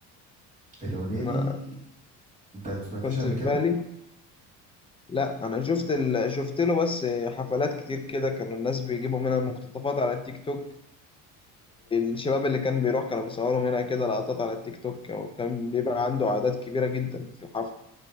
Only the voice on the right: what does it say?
الأغنية
دي أنت ما سمعتهاش
قبل
كده؟